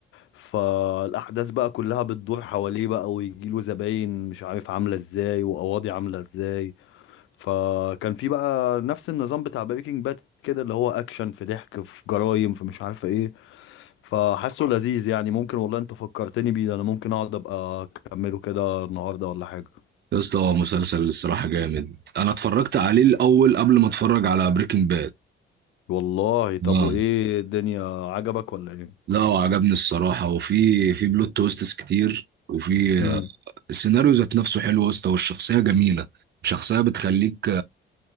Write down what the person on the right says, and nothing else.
يا اسطى هو مسلسل الصراحه جامد انا اتفرجت عليه الاول قبل ما اتفرج على بريكنج
باد
لا وعجبني الصراحة وفي في بلوت تويستس كتير وفي
السيناريو ذات نفسه حلو يا اسطى والشخصية جميلة شخصية بتخليك